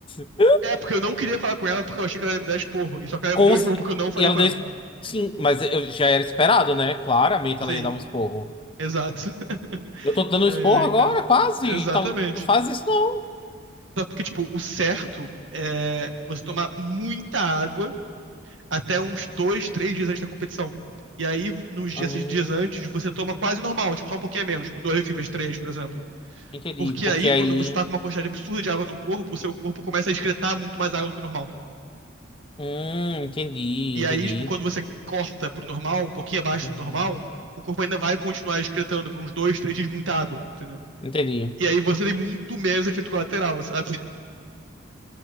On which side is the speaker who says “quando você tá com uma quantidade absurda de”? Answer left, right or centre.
Right